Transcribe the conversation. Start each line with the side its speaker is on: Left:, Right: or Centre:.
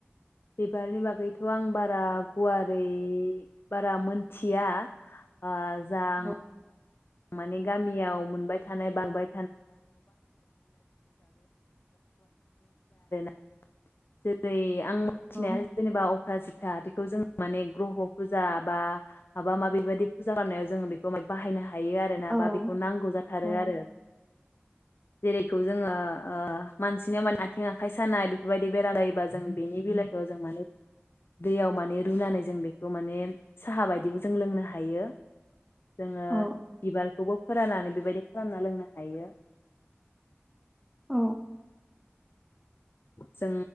Left: बिबारनि बागैथ' आं बारा गुवारै बारा मोनथिया। ओ मोजां
Centre: औ
Left: माने गामियाव मोनबाय थानाय बांबाय <unintelligible> जेरै आं मिथिनाया
Centre: औ
Left: जेनेबा अपराजिथा बेखौ जों माने ग्रह' फुजा बा माबा माबि बेबायदि फुजा खालामनायाव जोंङो बेखौ बाहायनो हायो। हायो आरोना
Centre: औ
Left: बा बेखौ नांगौ जाथारो
Centre: औ
Left: आरो। जेरैखौ जोङो ओ मानसिनिया माने आथिं आखाइ सानाय बेफोरबायदि बेराम जायोबा जों बेनि बिलाइखौ जों माने दैयाव माने रुनानै जों बेखौ माने साहा बायदिबो जों लोंनो हायो। जोङो
Centre: औ
Left: बिबारखौबो फोराननानै बेबायदि खालामना लोंनो हायो।
Centre: औ।
Left: जों